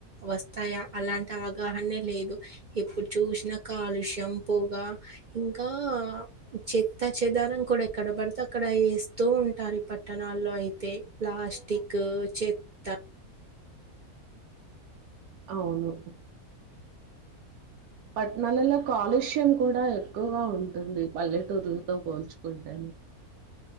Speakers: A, on the right (about 65°); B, on the right (about 80°).
A: వస్తాయా అలాంటి అవగాహనే లేదు ఎప్పుడు చూసినా కాలుష్యం పొగా ఇంకా చెత్త చెదారం కూడా ఎక్కడ బడితే అక్కడ వేస్తూ ఉంటారు పట్టణాల్లో అయితే ప్లాస్టిక్ చెత్ త
B: అవును పట్నాలల్లో కాలుష్యం కూడా ఎక్కువగా ఉంటుంది పల్లెటూర్లతో పోల్చుకుంటే
A: అ